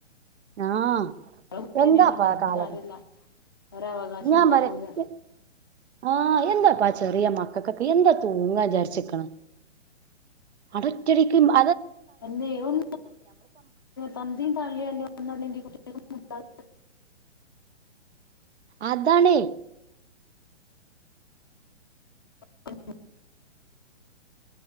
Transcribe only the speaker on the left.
കുട്ടീനെയാണ്
പറഞ്ഞിട്ട്
കാര്യമില്ല
ഒരവകാശം
ഉണ്ടാവൂല
അല്ലെ ഓൻ തന്തയും തള്ളയുയല്ലേ ഒന്നല്ലെങ്കിൽ കുട്ടി- <inaudible>
<inaudible>